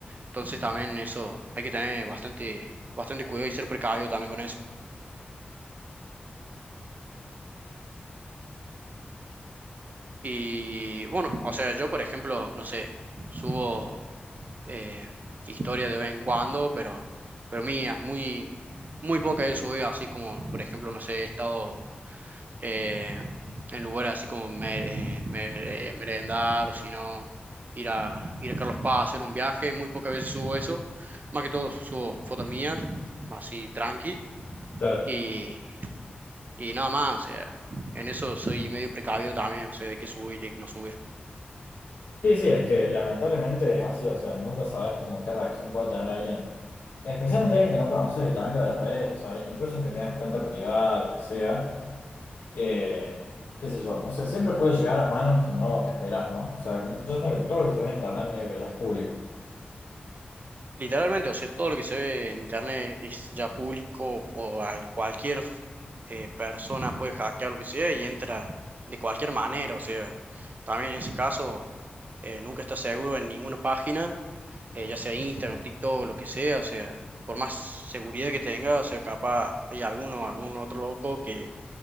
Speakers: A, on the right (about 50°); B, on the left (about 70°).
A: Entonces también eso, hay que tener bastante, bastante cuidado y ser precavido también con eso. Y bueno, o sea, yo por ejemplo, no sé, subo eh, historia de vez en cuando, pero, pero mías, muy, muy pocas he subido, así como por ejemplo, no sé, he estado eh, en lugares así como mere- mere- merendar o si no, ir a, ir a Carlos Paz a hacer un viaje. Muy pocas veces subo eso. Más que todo subo fotos mías, así tranqui.
B: Claro.
A: Y, y nada más, o sea, en eso soy medio precavido también, o sea, de qué subir y no subir.
B: Sí, sí, es que lamentablemente es así, o sea, nunca sabes como qué reacción puede tener alguien, especialmente alguien que no conoces y también lo de las redes, o sea, incluso aunque tengas cuenta privada, lo que sea. Eh, qué sé yo, no sé, siempre puede llegar a manos que no te esperas, ¿no? O sea, yo siento que todo lo que subes a internet medio que ya es público.
A: Literalmente, o sea, todo lo que se ve en internet es ya público o a cualquier eh, persona puede hackear lo que sea y entra de cualquier manera, o sea, también en ese caso eh, nunca está seguro en ninguna página, eh, ya sea Instagram, TikTok, lo que sea, o sea, por más seguridad que tenga, o sea, capaz hay alguno, algún otro loco que